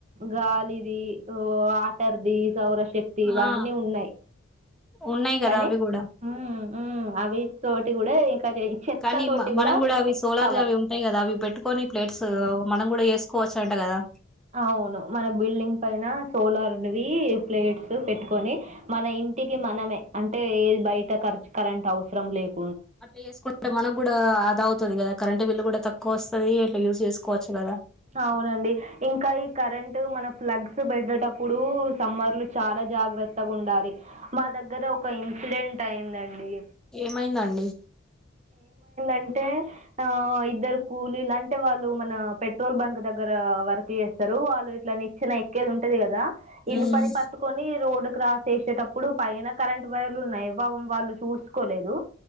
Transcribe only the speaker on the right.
గాలిది వో ఆ టర్ది సౌరశక్తి ఇవన్నీ
ఉన్నాయ్
కానీ
ఉమ్ ఉమ్ అవి తోటి కూడా ఇంకా చెత్త
తోటి
కూడా
పవర్
అవును మన బిల్డింగ్ పైన సోలార్వి ప్లేట్స్ పెట్టుకొని మన ఇంటికి మనమే అంటే ఏది బయట ఖర్చు కరెంట్ అవసరం లేవు
అవునండి ఇంకా ఈ కరెంట్ మన ప్లగ్స్ పెట్టడేటప్పుడు సమ్మర్లు చాలా జాగ్రత్తగా ఉండాలి మా దగ్గర ఒక ఇన్సిడెంట్ అయిందండి
అంటే ఆ ఇద్దరు కూలిలాంటె వాళ్ళు మన పెట్రోల్ బంక్ దగ్గర వర్క్ చేస్తారు వాళ్ళు ఇట్లా ని చ్చిన ఎక్కేది ఉంటది కదా ఇన
పది పట్టుకుని రోడ్ క్రాస్ చేసేటప్పుడు పైన కరెంట్ వైర్లు ఉన్నాయ్ వాళ్ళు చూసుకోలేదు